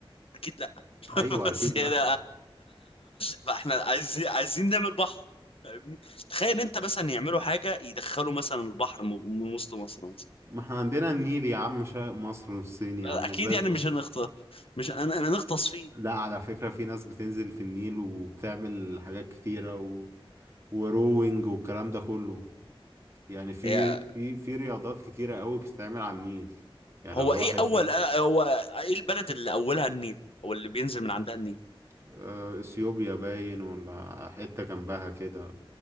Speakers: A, on the left; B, on the right.
A: اكيد <laughs>
B: ايوه
A: بس
B: اكيد لا
A: يعني بقى احنا عايزين عايزين نعمل بحر فاهمني تخيل انت مثلا يعملوا حاجه يدخلوا مثلا البحر م- من وسط مصر مثلا
B: ما احنا عندنا النيل يا عم شرق مصر والصين يا عم
A: اكيد
B: وزي الفل
A: يعني مش هنغطس مش انا انا نغطس فيه
B: لا على فكرة في ناس بتنزل في النيل وبتعمل حاجات كتيرة و... وروينج والكلام ده كله يعني في
A: هي
B: في في رياضات كتيرة قوي بتتعمل على النيل يعني
A: هو
B: لو الواحد
A: ايه اول
B: فاهم
A: اه، هو ايه البلد اللي اولها النيل او اللي بينزل من عندها النيل
B: آه، اثيوبيا باين ولا حتة جنبها كده